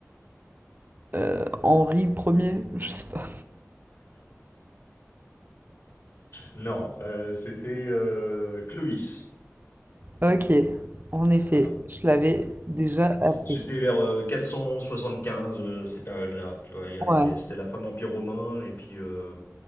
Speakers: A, on the right (about 40°); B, on the left (about 55°).
A: Euh, Henri premier je sais pas.
B: Non, euh, c'était euh, Clovis.
A: Ok, en effet,
B: Voilà.
A: je l'avais déjà appris.
B: C'était vers euh, 475, euh, ces périodes-là. Tu vois, il y a-
A: Ouais,
B: il y a- c'était la fin de l'Empire romain, et puis euh,